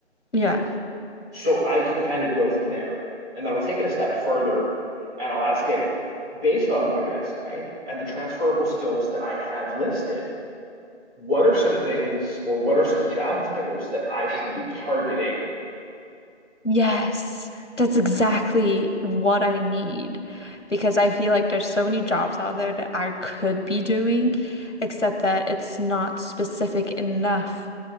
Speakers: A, on the left; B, in the centre.
A: Yeah.
B: so I can kind of go from there. And then I'll take it a step further and I'll ask it based on my resume and the transferable skills that I have listed. what are some things or what are some job titles that I should be targeting?
A: Yes. That's exactly what I need because I feel like there's so many jobs out there that I could be doing, except that it's not specific enough